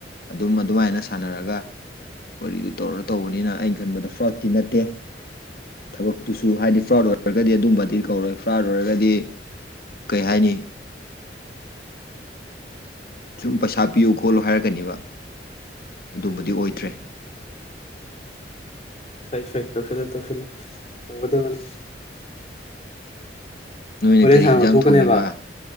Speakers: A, on the left; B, on the left.
A: ꯑꯗꯨꯝ ꯑꯗꯨꯃꯥꯏꯅ ꯁꯥꯟꯅꯔꯒ ꯋꯥꯔꯤꯗꯨ ꯇꯧꯔ ꯇꯧꯕꯅꯤꯅ ꯑꯩꯅ ꯈꯟꯕꯗ ꯐ꯭ꯔꯣꯠꯇꯤ ꯅꯠꯇꯦ ꯊꯕꯛꯇꯨꯁꯨ
B: ꯎꯝ
A: ꯍꯥꯏꯗꯤ ꯐ꯭ꯔꯣꯠ ꯑꯣꯏ ꯑꯣꯏꯔꯒꯗꯤ ꯑꯗꯨꯝꯕꯗꯤ ꯀꯧꯔꯣꯏ ꯐ꯭ꯔꯣꯠ ꯑꯣꯢꯔꯒꯗꯤ ꯀꯩ ꯍꯥꯏꯅꯤ ꯁꯨꯝ ꯄꯩꯁꯥ ꯄꯤꯌꯨ ꯈꯣꯠꯂꯨ ꯍꯥꯏꯔꯛꯀꯅꯦꯕ ꯑꯗꯨꯝꯕꯗꯤ ꯑꯣꯏꯗ꯭ꯔꯦ
B: ꯐꯩ ꯐꯩ ꯇꯧꯁꯤꯜꯂꯣ ꯇꯧꯁꯤꯜꯂꯣ ꯇꯧꯒꯗꯕꯅꯤ
A: ꯅꯣꯏꯅ
B: ꯍꯣꯔꯦꯟ
A: ꯀꯔꯤ
B: ꯁꯥꯡꯅ
A: ꯌꯦꯟꯖꯥꯡ
B: ꯊꯣꯛꯀꯅꯦꯕ
A: ꯊꯣꯡꯉꯤꯕ